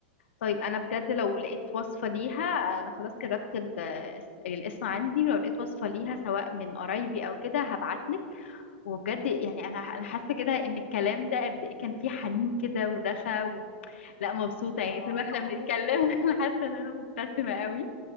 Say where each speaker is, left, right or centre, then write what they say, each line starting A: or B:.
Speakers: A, on the left; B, on the left.
A: طيب انا بجد لو لقيت وصفة ليها انا خلاص كتبت ال- الس- الاسم عندي ولو لقيت وصفة ليها سواء من قرايبي او كده هبعتلك وبجد يعني انا انا حاسة
B: انا
A: كده
B: كنت
A: ان
B: بجد
A: الكلام ده قد ايه كان فيه حنين كده ودفى و... لا مبسوطة يعني
B: اه
A: طول ما احنا
B: حنيت
A: بنتكلم <laughs> انا حاسة ان انا مبتسمة قوي